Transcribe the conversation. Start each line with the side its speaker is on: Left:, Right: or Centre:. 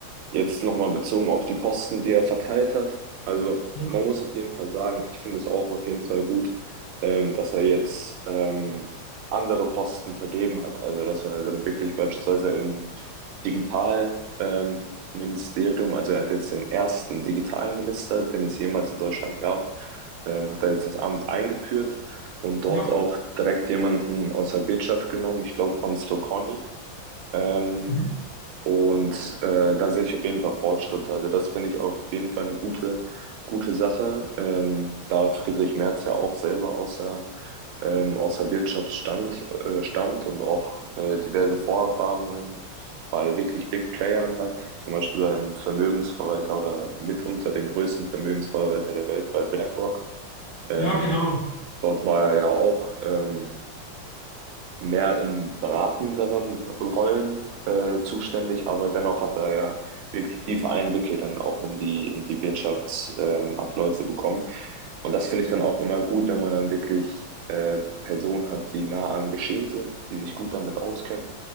Right: jetzt nochmal bezogen auf die Posten, die er verteilt hat. Also
Left: Ja,
Right: man muss auf jeden Fall sagen, ich finde es auch auf jeden Fall gut, ähm, dass er jetzt ähm, andere Posten vergeben hat. Also dass er dann wirklich beispielsweise im Digital, ähm, Ministerium, also er hat jetzt den ersten Digitalminister, den es jemals in Deutschland gab, ähm, hat er jetzt das Amt eingeführt und dort
Left: ja,
Right: auch direkt jemanden aus der Wirtschaft genommen, ich glaube von Stocconi. Ähm,
Left: mhm.
Right: und äh, da sehe ich auf jeden Fall Fortschritte. Also das finde ich auf jeden Fall eine gute, gute Sache, ähm, da Friedrich Merz ja auch selber aus der, ähm, aus der Wirtschaft stand, äh, stammt und auch äh, diverse Vorerfahrungen bei wirklich Big Playern hat, zum Beispiel beim Vermögensverwalter oder mitunter den größten Vermögensverwalter der Welt bei BlackRock. Ähm,
Left: ja, genau.
Right: dort war er ja auch. Ähm, mehr in beratenderen Rollen äh, zuständig, aber dennoch hat er ja wirklich tiefe Einblicke dann auch in die, in die Wirtschaftsabläufe ähm, Abläufe bekommen. Und das finde ich dann auch immer gut, wenn man dann wirklich äh, Personen hat, die nah am Geschehen sind, die sich gut damit auskennen